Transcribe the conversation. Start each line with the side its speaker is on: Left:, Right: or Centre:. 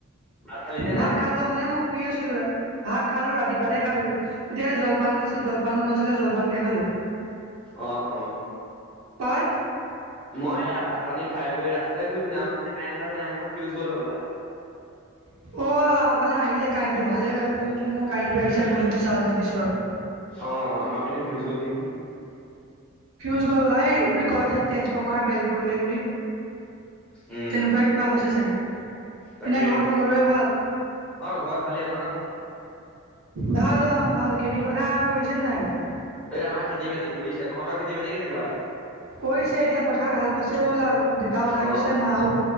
Centre: ভাত খালি নে
Right: ভাত
Centre: নাই
Right: খালোৱা মানে মই প্ৰিয় আছিলোৰা। ভাত খালো ৰাতিপুৱাতে খালো এতিয়া জলপান খ জলপান বনাইছিলে জলপান কেে খালো।
Centre: অ, অ।
Right: ত ই।
Centre: মই ই ভাত পানী খাই বৈ ৰাস্তাতে ঘূৰিব যাওঁ কাইনডাল নাই নহয় ফিউজ গল হবলা।
Right: অ' আমাৰ ভালে আহিলে কাৰেণ্টটো ভালে মই কাৰেণ্টো আহিছে বোনটো চাৰ্জত দিছো আৰু,
Centre: অ আমাৰ পিনে ফিউচ গ'ল নেকি।
Right: জ এই কয় যেন ট্ৰেঞ্চফৰ্মাৰ বেল পৰিলে বুলি।
Centre: উম
Right: তেনেকুৱা কিবা হৈছে চাগে।
Centre: তাকেহে
Right: এনে ঘৰত সকলোৰে ভাল।
Centre: অ ঘৰত ভালেই তহঁতৰ ভাল?
Right: ভাল অ ভাল খেতি পথা কৰিছা নাই মই।
Centre: এ আমাৰ খেতি বাতি কৰিছে তহঁতৰ খেতি বাতি কেনেকুৱা?
Right: কৰিছে এতিয়া পথাৰত হাল বাাইছে বোলা দেউতা ওলাই
Centre: অ
Right: গৈছে মাও